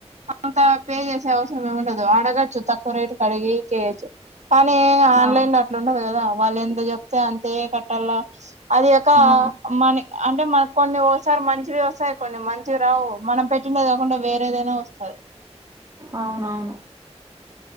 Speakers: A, on the right; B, on the right.
A: అంత పే చేసే అవసరం ఏమి ఉండదు అడగచ్చు తక్కువ రేటుకి అడిగి చెయ్యొచ్చు కానీ ఆన్లైన్
B: ఆ
A: లో అట్లా ఉండదు కదా వాళ్ళు ఎంత చెప్తే అంతే కట్టల్ల అది కాక
B: ఆ
A: మని అంటే మనకి కొన్ని ఓసారి మంచివే వస్తాయి కొని మంచివి రావు మనం పెట్టిండేది కాకుండా వేరేదైనా వస్తాది
B: అవునవును